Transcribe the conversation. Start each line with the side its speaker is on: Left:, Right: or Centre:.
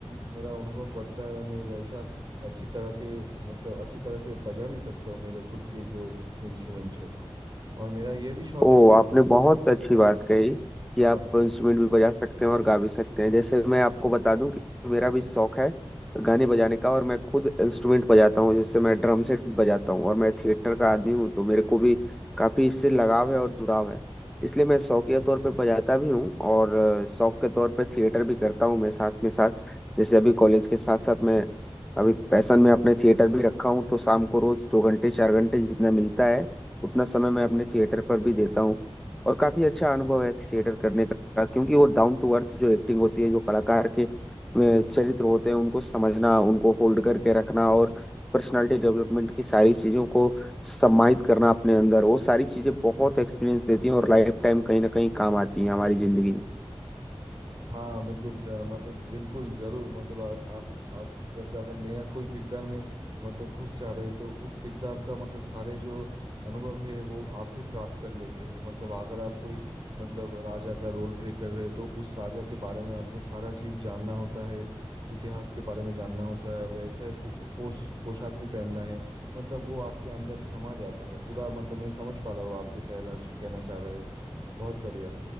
Right: अ, मेरा अनुभव बढ़ता है मैं वैसा अच्छी तरह के मतलब अच्छी तरह से बजा भी सकता हूँ मेरे खुद के जो इंस्ट्रूमेंट है और मेरा ये भी शौक
Centre: ओ
Right: है कि
Centre: आपने
Right: मतलब
Centre: बहुत अच्छी बात कही कि
Right: हाँ
Centre: आप
Right: हाँ
Centre: इंस्ट्रूमेंट भी बजा सकते हैं और गा भी सकते हैं जैसे मैं आपको बता दूं कि मेरा भी शौक है गाने बजाने का और मैं खुद इंस्ट्रूमेंट बजाता हूँ जैसे मैं ड्रम सेट बजाता हूँ और मैं थिएटर का आदमी हूँ तो मेरे को भी काफी इससे लगाव है और जुड़ाव है इसलिए मैं शौकिया तौर पे बजाता भी हूँ और अ, शौक के तौर पे थिएटर भी करता हूँ मैं साथ में साथ जैसे अभी कॉलेज के साथ साथ मैं अभी पैशन में अपने थिएटर भी रखा हूँ तो शाम को रोज दो घंटे चार घंटे जितना मिलता है उतना समय मैं अपने थिएटर पर भी देता हूँ और काफी अच्छा अनुभव है थिएटर करने का क्योंकि वो डाउन टू अर्थ जो एक्टिंग होती है जो कलाकार के अ, चरित्र होते हैं उनको समझना उनको होल्ड करके रखना और पर्सनालिटी डेवलपमेंट की सारी चीजों को सम्मानित करना अपने अंदर वो सारी चीजें बहुत एक्सपीरियंस देती हैं और लाइफ टाइम कहीं ना कहीं काम आती हैं हमारी जिंदगी में
Right: हाँ मतलब अ, मतलब बिल्कुल जरूर मतलब आ, आ, आप जब जाकर नया कोई किरदार में मतलब घुस जा रहे हैं, तो उस किरदार का मतलब सारे जो अनुभव है वो आप भी प्राप्त कर लेते हैं मतलब अगर आप कोई मतलब राजा का रोल प्ले कर रहे हैं तो उस राजा के बारे में आपको सारा चीज जानना होता है इतिहास के बारे में जानना होता है और वैसे पो, पोश पोशाक भी पहनना है मतलब वो आपके अंदर समा जाता है पूरा मतलब मैं समझ पा रहा हूँ आप जो कह रहा कहना चाह रहे हैं बहुत बढ़िया